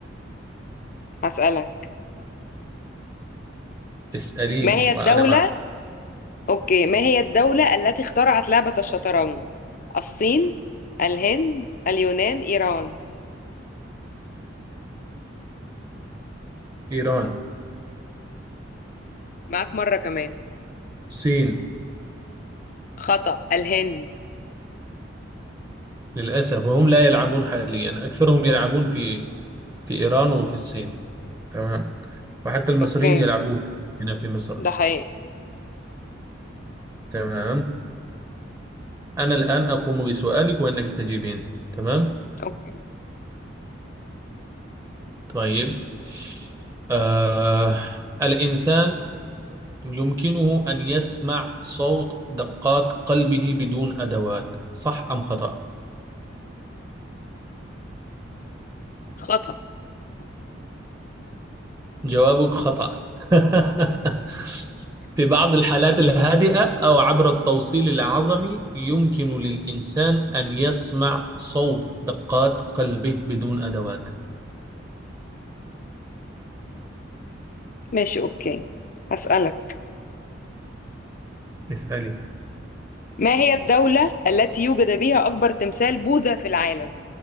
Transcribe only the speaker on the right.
اسأليني
وأنا
مع
إيران
الصين
للأسف وهم لا يلعبون حاليا أكثرهم يلعبون في في إيران وفي الصين تمام وحتى المصريين
يلعبون هنا في مصر
تمام أنا الآن أقوم بسؤالك وإنك تجيبين تمام
طيب آه الإنسان يمكنه أن يسمع صوت دقات قلبه بدون أدوات صح أم خطأ
جوابك خطأ <laughs> في بعض الحالات الهادئة أو عبر التوصيل العظمي يمكن للإنسان أن يسمع صوت دقات قلبه بدون أدوات
اسألي